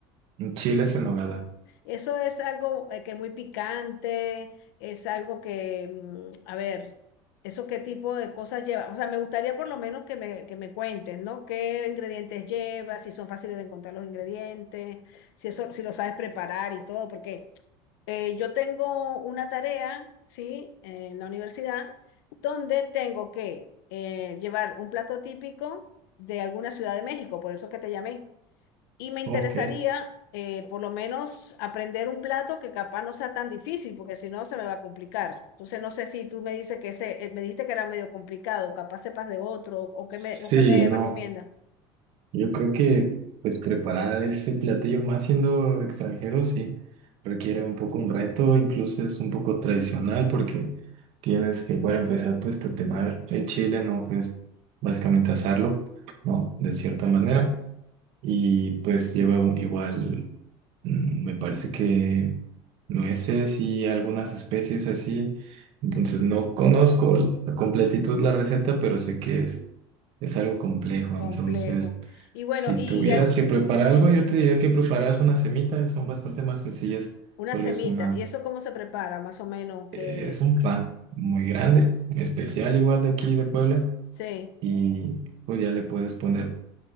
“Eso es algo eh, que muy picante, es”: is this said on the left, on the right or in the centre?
Left